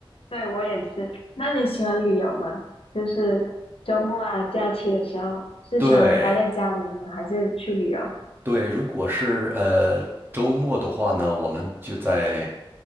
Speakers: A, on the left; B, on the right.
A: 对，我也是。那你喜欢旅游吗？就是周末啊、假期的时候，
B: <laughs>
A: 是喜欢待在家里呢，
B: 对，
A: 还是去旅游？
B: 对，如果是呃周末的话呢，我们就在